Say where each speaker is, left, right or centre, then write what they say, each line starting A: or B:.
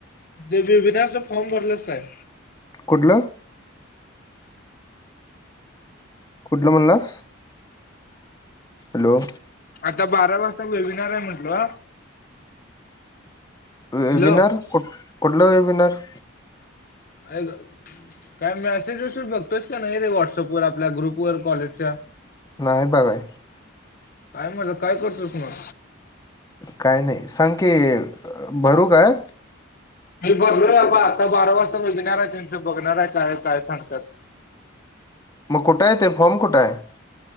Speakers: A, on the left; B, on the left.
A: ते बेबीनारचा फॉर्म भरलास काय?
B: कुठलं कुठला म्हणलास हॅलो.
A: आत्ता बारा वाजता वेबिनार आहे म्हटलो.
B: वेबिनार
A: हॅलो
B: कूट कुठलं वेबिनार?
A: काय गं? काय मेसेज विसेज बघतोयस की नाय रे व्हाट्सअप वर आपल्या ग्रुप वर कॉलेजच्या?
B: नाय बघाय
A: काय मला काय करतोस मग?
B: काय नाही सांग की भरू काय?
A: मी भरलोय ब आत्ता बारा वाजता वेबिनारे त्यांचं बघणार आहे काय हाय काय सांगत्यात.
B: मग कुठं आहे ते फॉर्म कुठं आहे?